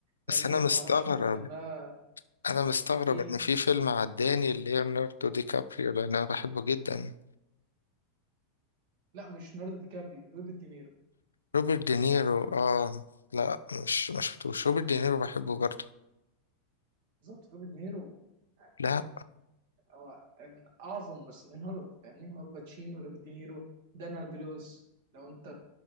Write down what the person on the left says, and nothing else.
بس
أنا مستغرب
أنا مستغرب
إن في فيلم عداني ليوناردو دي كابريو لأن أنا بحبه جدا
روبرت دينيرو آه لا مش ما شفتوش روبرت دينيرو بحبه برضه
لا